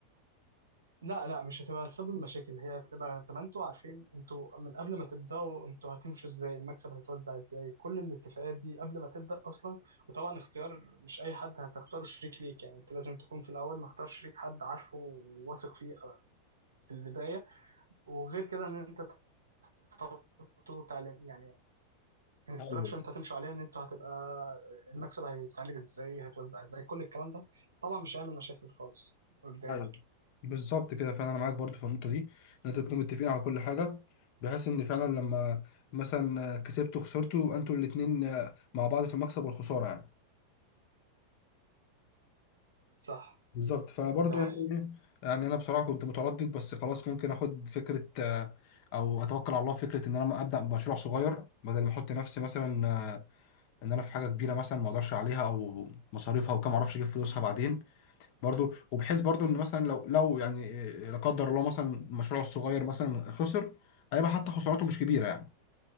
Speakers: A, on the right (about 75°); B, on the left (about 45°).
A: لا لا مش هتبقى سبب مشاكل هي هتبقى طب انتوا عارفين انتوا من قبل ما تبداوا انتوا هتمشوا ازاي المكسب هيتوزع ازاي كل الاتفاقات دي قبل ما تبدا اصلا وطبعا اختيار مش اي حد هتختاره شريك ليك يعني انت لازم تكون في الاول مختار شريك حد عارفه وواثق فيه في البدايه وغير كده ان انت تحطه تعليم يعني انستراكشن
B: ايوه
A: انت هتمشوا عليها ان انتوا هتبقى المكسب هيتعمل ازاي هيتوزع ازاي كل الكلام ده طبعا مش هيعمل مشاكل خالص قدام
B: ايوه بالظبط كده فعلا انا معاك برضو في النقطه دي ان انتوا تكونوا متفقين على كل حاجه بحيث ان فعلا لما مثلا كسبتوا خسرتوا يبقى انتوا الاثنين مع بعض في المكسب والخساره يعني
A: صح
B: بالظبط فبرضو
A: ده
B: يعني
A: حقيقي
B: إيه، يعني انا بصراحه كنت متردد بس خلاص ممكن اخد فكره آه، او اتوكل على الله في فكره ان انا ابدا بمشروع صغير بدل ما احط نفسي مثلا آه، ان انا في حاجه كبيره مثلا ما اقدرش عليها او مصاريفها وكم اعرفش اجيب فلوسها بعدين برضو وبحيث برضو ان مثلا لو لو يعني إيه، لا قدر الله مثلا مشروعه الصغير مثلا خسر هيبقى حتى خسارته مش كبيره يعني